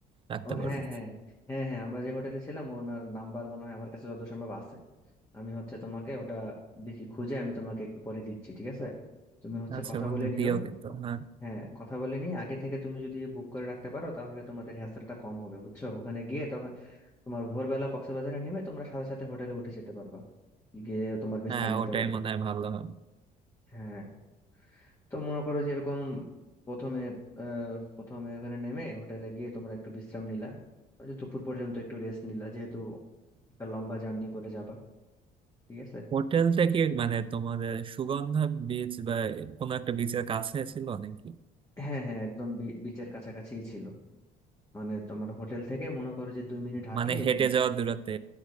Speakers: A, on the right; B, on the left.
A: রাখতে
B: ও
A: পারবো
B: হ্যাঁ হ্যাঁ হ্যাঁ হ্যাঁ আমরা যে হোটেলে ছিলাম ওনার নাম্বার মনে হয় আমার কাছে যত সম্ভব আছে আমি হচ্ছে তোমাকে ওটা দেখি খুঁজে আমি তোমাকে একটু পরে দিচ্ছি ঠিক আছে তুমি হচ্ছে
A: আচ্ছা
B: কথা
A: বন্ধু
B: বলে নিও
A: দিও কিন্তু হ্যাঁ
B: হ্যাঁ কথা বলে নিয়ে আগে থেকে তুমি যদি বুক করে রাখতে পারো তাহলে তোমাদের হ্যাসেলটা কম হবে বুঝছো ওখানে গিয়ে তখন তোমার ভোরবেলা কক্সবাজারে নেমে তোমরা সাথে সাথে হোটেলে উঠে যেতে পারবা গিয়ে তোমার বিশ্রাম
A: হ্যাঁ
B: নিতে
A: ওটাই
B: পারবা
A: মনে হয় ভালো হবে
B: হ্যাঁ তো মনে করো যে এরকম প্রথমে আহ প্রথমে ওখানে নেমে হোটেলে গিয়ে তোমরা একটু বিশ্রাম নিলা ওই যে দুপুর পর্যন্ত একটু রেস্ট নিলা যেহেতু একটা লম্বা জার্নি করে যাবা ঠিক আছে
A: হোটেলটা কি মানে তোমাদের সুগন্ধা বিচ বা কোনো একটা বিচের কাছে ছিল নাকি
B: হ্যাঁ হ্যাঁ একদম বি- বিচের কাছাকাছিই ছিল মানে তোমার হোটেল থেকে মনে করো যে দুই মিনিট হাঁটলেই
A: মানে হেঁটে
B: তুমি
A: যাওয়ার দূরত্বে